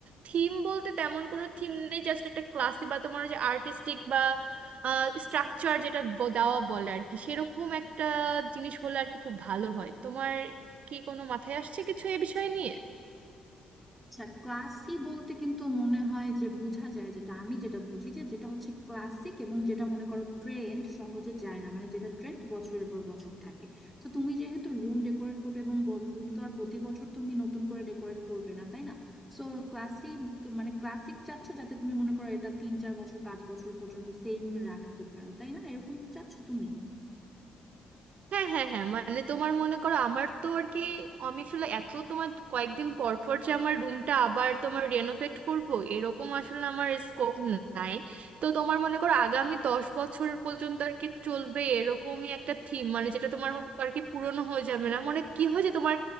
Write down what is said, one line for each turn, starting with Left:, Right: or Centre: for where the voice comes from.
Right: থিম বলতে তেমন কোনো থিম নেই জাস্ট একটা ক্লাসি বা তোমার ওই যে আর্টিস্টিক বা স্ট্রাকচার যেটা ব- দেওয়া বলে আর কি সেরকম একটা জিনিস হলে আর কি খুব ভালো হয় তোমার কি কোনো মাথায় আসছে কিছু এ বিষয় নিয়ে
Centre: আচ্ছা ক্লাসি বলতে কিন্তু মনে হয় যে বোঝা যায় যেটা আমি যেটা বুঝি যে যেটা হচ্ছে ক্লাসিক এবং যেটা মনে করো ট্রেন্ড সহজে যায় না মানে যেটা ট্রেন্ড বছরের পর বছর থাকে তো তুমি যেহেতু রুম ডেকোরেট করবে এবং রুম তো আর প্রতি বছর তুমি নতুন করে ডেকোরেট করবে না তাই না সো ক্লাসি মানে ক্লাসিক চাচ্ছ যাতে তুমি মনে করো এটা তিন চার বছর পাঁচ বছর পর্যন্ত সেম রাখতে পারো তাই না এরকম চাচ্ছ তুমি
Right: হ্যাঁ হ্যাঁ হ্যাঁ মানে তোমার মনে করো আমার তো আর কি আমি আসলে এত তোমার কয়েকদিন পর পর যে আমার রুমটা আবার তোমার রেনোভেট করব এরকম আসলে আমার স্কোপ নাই তো তোমার মনে করো আগামী দশ বছর পর্যন্ত আর কি চলবে এরকমই একটা থিম মানে যেটা তোমার আর কি পুরনো হয়ে যাবে না মানে কি হয় যে তোমার